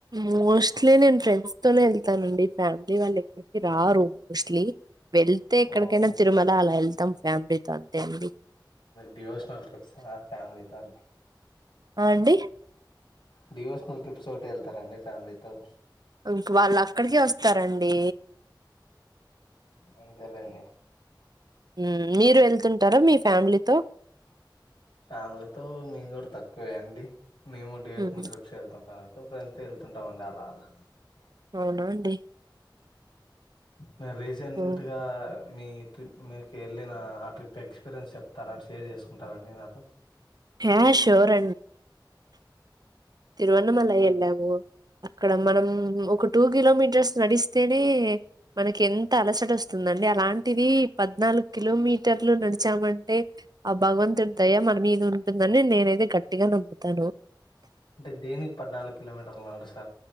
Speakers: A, on the right; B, on the left.
A: మోస్ట్లీ నేను ఫ్రెండ్స్ తోనే వెళ్తానండి ఫ్యామిలీ వాళ్ళు ఎక్కడికి రారు మోస్ట్లీ వెళ్తే ఎక్కడికైనా
B: ఓకే
A: తిరుమల అలా ఎల్తా ఫ్యామిలీతో అంతే అండి
B: డివోషన్సా ఫ్యామిలీతోని
A: ఆ అండి
B: డివోసనల్ ట్రిప్స్ ఒకటి వెళ్తారండి ఫ్యామిలీతో
A: ఇంక వాళ్ళు అక్కడికె వస్తారండి
B: అంతేలేండి
A: మ్ మీరు వెళ్తుంటారా మీ ఫ్యామిలీతో
B: ఫ్యామిలీతో మేము కూడా తక్కువే అండి మేము డివేషనల్
A: మ్మ్.
B: ట్రిప్స్ వెళ్తాం ఫ్యామిలి ఫ్రెండ్స్ తో వెళ్తుంటామండి అలా అలా
A: ఉండవండి
B: నా రీసెంట్గా
A: మ్మ్.
B: మీ ట్రిప్ మీకు వెళ్ళిన ఆ ట్రిప్ ఎక్స్పీరియన్స్ చెప్తారా షేర్ చేసుకుంటారండి నాతో
A: యా షూర్ తిరువన్నమలా వెళ్ళాము
B: అచ్చ.
A: అక్కడ మనం ఒక టూ కిలోమీటర్స్ నడిస్తేనే మనకి ఎంత అలసట వస్తుందండి అలాంటి ది పద్నాలుగు కిలోమీటర్లు నడిచామంటే ఆ భగవంతుడి దయ మన మీ ఉంటుందని నేనయితే గట్టిగా నమ్ముతాను
B: అంటే దేనికి పద్నాలుగు కిలోమీటర్లు నడుస్